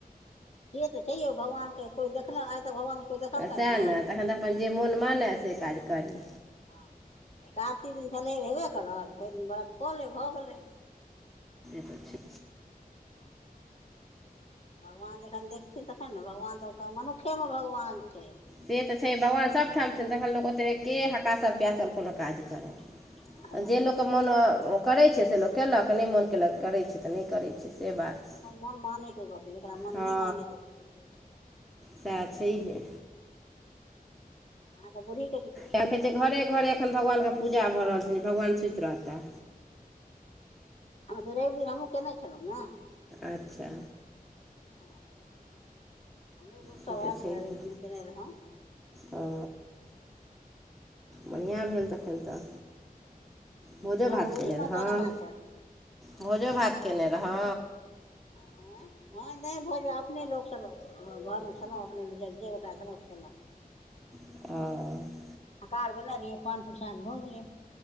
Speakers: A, on the left; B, in the centre.
A: से तऽ छै यौ भगवान के कोइ देखल आइ तऽ भगवान के कोइ देखलकै
B: सएह
A: हँ
B: ने तखन तऽ अपन जे मोन मानै से काज करी
A: हँ एकासी दिन छलै हेबे करत भरि दिन व्रत कऽ ले भऽ गेलै
B: से त छै
A: भगवान जखन देखथिन तखन ने भगवान तऽ ओ मनुखेमे भगवान छै
B: से तऽ छै, भगवान सबठाम छथि, तखन लोक ओतेक एक्के हक्कास-प्यासल भऽ कऽ कोनो काज करय।
A: हँ
B: जे लोकके मोन करैत छै से लोक कयलक नहि मोन कयलक करैत छै तऽ नहि करैत छै से
A: हँ
B: बात
A: अपन मन मानयके गतै जकरा मन
B: हँ
A: नहि मानै छै तऽ होइते छै
B: सएह छैहे।
A: आ ग बरी
B: कए कहै छै घरे घरे एखन भगवान के पूजा भऽ रहल छै भगवान सुत रहते
A: हम ते रवि दिन हमहहुँ केने छलहुँ ने
B: अच्छा
A: हमरो लोक
B: से
A: तऽ आए
B: छैहे
A: छल, एक दिन केने रहौ।
B: ओ बढ़िआँ भेल तखन तऽ भोजो
A: अहाँके
B: भात
A: बूढ़ी
B: कयने
A: माता
B: रहौ
A: केना छथि
B: भोजो भात कयने रहौ
A: आँ हँ नहि, भोज अपने लोकसभ घरमे छलहुँ। अपने जे गोटा छलहुँ, खेलहुँ।
B: आ
A: आकार गल रए पान प्रसाद भ गेलै